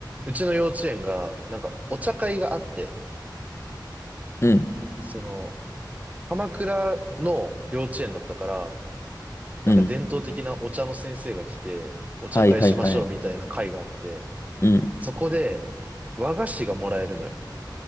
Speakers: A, on the right (about 20°); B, on the left (about 35°).
A: うちの幼稚園が、なんかお茶会があって、
B: うん、
A: その、鎌倉の幼稚園だったから、なんか伝統的なお茶の先生が来て、
B: うん。
A: お茶会しましょうみたいな会があって、
B: はいはいはい。うん。
A: そこで和菓子がもらえるのよ。